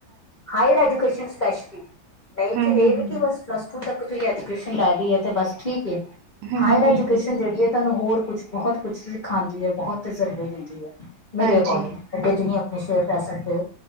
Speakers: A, on the left (about 35°); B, on the right (about 75°).
A: ਹਾਇਰ ਐਜੂਕੇਸ਼ਨ ਸਪੈਸ਼ਲੀ ਨਹੀਂ
B: ਹੂੰ-ਹੂੰ-ਹੂੰ,
A: ਕਿ ਇਹ ਨਹੀਂ ਕਿ ਬਸ ਪਲੱਸ ਟੂ ਤੱਕ ਤੁਸੀਂ ਐਜੂਕੇਸ਼ਨ ਲੈ ਲਈਏ ਤੇ ਬਸ ਠੀਕ ਏ।
B: ਹੂੰ-ਹੂੰ-ਹੂੰ,
A: ਹਾਇਰ ਐਜੂਕੇਸ਼ਨ ਜਿਹੜੀ ਹੈ। ਤੁਹਾਨੂੰ ਹੋਰ ਕੁਛ ਬਹੁਤ ਕੁਛ ਸਿਖਾਉਂਦੀ ਹੈ। ਬਹੁਤ ਤਜਰਬੇ ਦਿੰਦੀ ਹੈ। ਮੇਰੇ
B: ਹਾਂਜੀ-ਹਾਂਜੀ।
A: ਅਕੋਡਿੰਗ। ਅੱਗੇ ਤੁਸੀਂ ਆਪਣੇ ਸ਼ੇਅਰ ਕਰ ਸਕਦੇ ਹੋ।